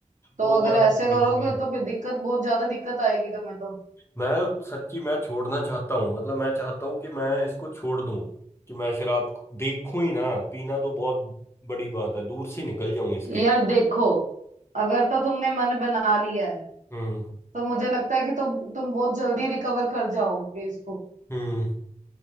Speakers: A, on the right (about 75°); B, on the left (about 20°).
A: तो
B: वो
A: अगर
B: बात
A: ऐसे
B: तो ठीक
A: करोगे
B: है
A: तो फिर दिक्कत बहुत ज्यादा दिक्कत आएगी तुम्हें तो
B: मैं सच्ची मैं छोड़ना चाहता हूँ मतलब मैं चाहता हूँ कि मैं इसको छोड़ दूं कि मैं शराब को देखूं ही ना पीना तो बहुत बड़ी बात है दूर से निकल जाऊं इसके
A: यार देखो अगर तो तुमने मन बना लिया है
B: हम्म
A: तो मुझे लगता है कि तुम तुम बहुत जल्दी रिकवर कर जाओगे इसको
B: हम्म